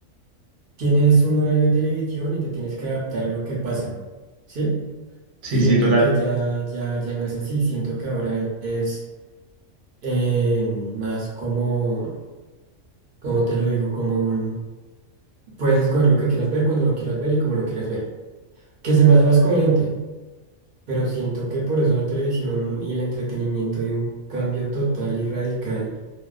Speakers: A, on the right; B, on the right.
A: tienes un horario de televisión y te tienes que adaptar a lo que pasan, ¿sí? Siento
B: sí, sí, total.
A: que ya, ya, ya no es así, siento que ahora es eh, más como, como te lo digo, como un, puedes escoger lo que quieras ver, cuando lo quieras ver y como lo quieras ver, que se me hace más coherente. pero siento que por eso la televisión y el entretenimiento dio un cambio total y radical,